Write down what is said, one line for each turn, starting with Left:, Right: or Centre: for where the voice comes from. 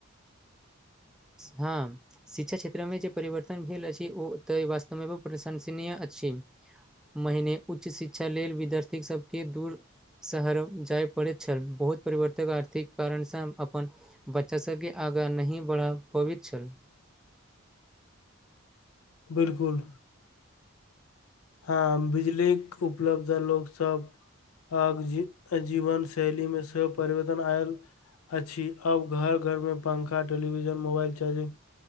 Centre: हँ शिक्षा क्षेत्रमे जे परिवर्तन भेल अछि ओ तऽ वास्तव मे प्रशंसनीय अछि महिने उच्च शिक्षा लेल विद्यार्थी सभ के दूर शहर जाय पड़ैत छल बहुत परिवर्तक आर्थिक कारणसँ अपन बच्चा सबके आगाँ नहि बढ़ा पबैत छल
Left: बिलकुल हँ बिजलीके उपलब्ध लोकसभ आ जी जीवन शैली मे सेहो परिवर्तन आयल अछि अब घर घर मे पंखा टेलीविजन मोबाइल चार्जिंग